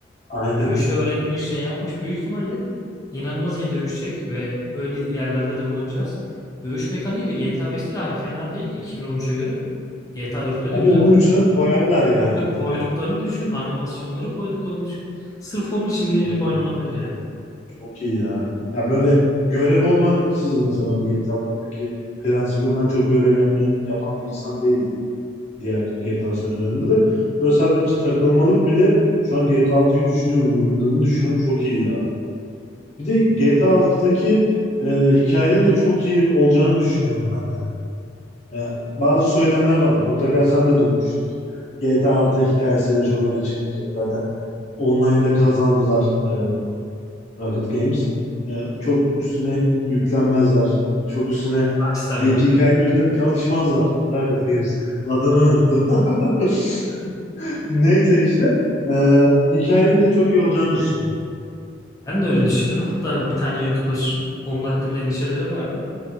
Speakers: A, on the left (about 35°); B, on the left (about 20°).
A: Aynen.
B: Dövüş öğretmiş, şey yapmış. Büyük ihtimalle inanılmaz iyi dövüşecek ve öyle yerlerde de bulunacağız. Dövüş mekaniği de GTA 5'te de hani fena değil 2013'e göre. GTA 4'te
A: Ama
B: de güzel.
A: onun üstüne koyarlar yani.
B: Ve koyduklarını düşün, animasyonları koyduklarını düşün. Sırf onun için
A: Çok
B: bile girip oynanabilir
A: iyi,
B: yani.
A: çok iyi ya. Ya böyle görev olmaksızın mesela ben GTA'lardaki prensibim ben çok görev yapma, yapan bir insan değildim. diğer GTA serilerinde de. Böyle sadece takılmalık bile şu an GTA altıyı düşünüyorum. Oynadığımı düşünüyorum. Çok iyi ya. Bir de GTA altıdaki e, hikayenin de çok iyi olacağını düşünüyorum ben yani. Ya, bazı söylemler vardı. Mutlaka sen de duymuşsundur. GTA 6 hikayesiyle çok öne çıkmayacak. Zaten online'da kazandılar e, Rocket Games. E, çok üstüne yüklenmezler. Çok üstüne
B: Rockstar
A: bir
B: Games'e.
A: hikaye üzerine çalışmazlar. Rocket Games. Adını unuttum. <laughs> Neyse işte e, hikayenin de çok iyi olacağını düşünüyorum.
B: Ben de öyle düşünüyorum. Hatta bir tane YouTuber onun hakkında endişeleri vardı.